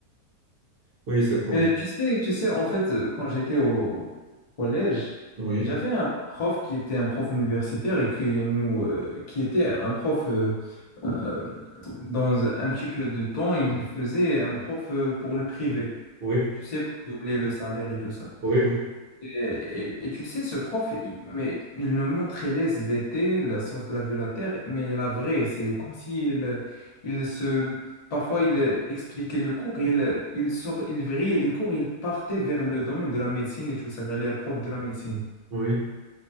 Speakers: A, on the right (about 55°); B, on the left (about 60°).
A: Oui, c'est comme
B: Mais
A: ça.
B: tu sais, tu sais, en fait, euh, quand j'étais au collège,
A: Oui,
B: j'avais un prof qui était un prof universitaire et qui nous, euh, qui était un prof euh, euh, dans un petit peu de temps, il faisait un prof euh, pour le privé.
A: Oui,
B: Tu sais, pour doubler le salaire et tout ça.
A: oui, oui,
B: Et, et- et tu sais, ce prof, il, mais il nous montrait les SVT, la science de la vie de la Terre, mais la vraie, c'est comme s'il il se... Parfois, il expliquait le cours, il, il, sort, il vrillait du cours, il partait vers le domaine de la médecine et tout ça, il est prof de la médecine.
A: oui.